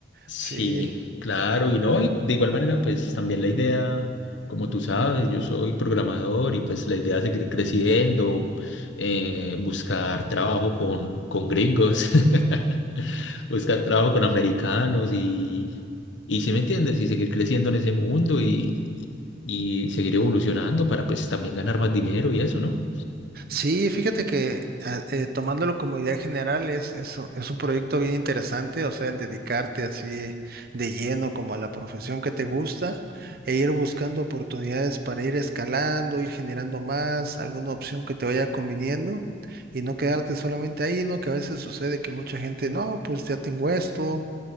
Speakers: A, on the left; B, on the right.
A: Sí,
B: Sí,
A: claro, y no, y de igual manera, pues también la idea, como tú sabes, yo soy programador y pues la idea es seguir creciendo, eh, buscar trabajo con, con gringos, <laughs> buscar trabajo con americanos y, y si me entiendes, y seguir creciendo en ese mundo y, y y seguir evolucionando para pues también ganar más dinero y eso, ¿no?
B: sí, fíjate que a- eh, tomándolo como idea general es, es, u- es un proyecto bien interesante, o sea, el dedicarte así de lleno como a la profesión que te gusta e ir buscando oportunidades para ir escalando, ir generando más, alguna opción que te vaya conviniendo y no quedarte solamente ahí, ¿no? Que a veces sucede que mucha gente, no, pues ya tengo esto,